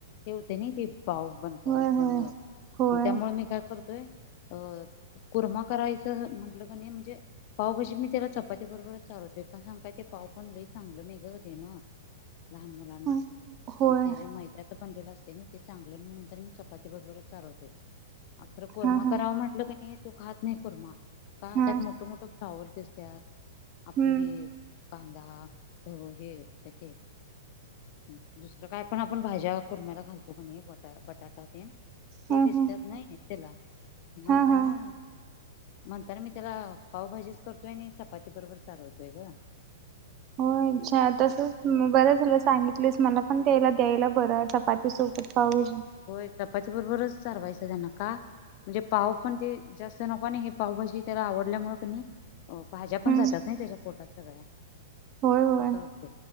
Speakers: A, on the left; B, on the right.
A: ठेवते ना ती पाव बनपाव
B: होय
A: असल्यामुळे
B: होय
A: त्यामुळे मी काय करतोय अ कुर्मा करायचं म्हटलं क नाही म्हणजे पावभजी मी त्याला चपाती बरोबरच चारवते का सांगू काय ते पाव पण लई चांगलं नाही ग देणं. लहान मुलांना
B: होय होय
A: मग त्याच्या मैद्यचं पण असते नाही ते चांगलं नाही म्हणून मी चपाती बरोबरच चारवते अर कुर्मा
B: हा हा
A: कराव म्हटलं क नाही तो खात नाही कुर्मा का
B: हा
A: त्यात मोठ मोठ फ्लावर दिसत्यात आपले
B: हम्म
A: हे कांदा हे ते दुसरं काय पण आपण भाज्या कुरम्याला घालतो का बटा बटाटा ते ते
B: ह
A: दिसतात
B: ह
A: नाही त्याला म्हणताना
B: हा हा
A: म्हणत मी त्याला पावभाजीच करतोय आणि चपाती बरोबर चारवते ग
B: हो अच्छा तसच बरं झालं सांगितलीस मला पण त्या्यला द्यायला बरं चपाती सोबत पावभाजी
A: होय चपाती बरोबरच चारवायचं त्यांना का म्हणजे पाव पण ते जास्त नको. ना हे पावभजी त्याला आवडल्यामुळे पण हो भाज्या पण
B: हम्म
A: जातात नाही त्याच्या पोटात सगळ्या
B: होय होय
A: असं होते